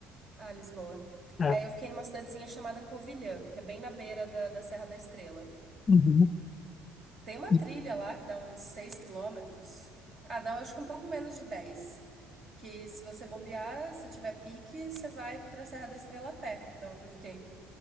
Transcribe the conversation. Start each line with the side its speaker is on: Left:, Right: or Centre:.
Right: Ah, Lisboa.
Left: É.
Right: É, eu fiquei numa cidadezinha chamada Covilhã, que é bem na beira da, da Serra da Estrela.
Left: Uhum.
Right: Tem uma
Left: E,
Right: trilha lá que dá uns 6 quilômetros. Ah, dá acho que um pouco menos de 10. Que se você bobear, se tiver pique, você vai pra Serra da Estrela a pé, da onde eu fiquei.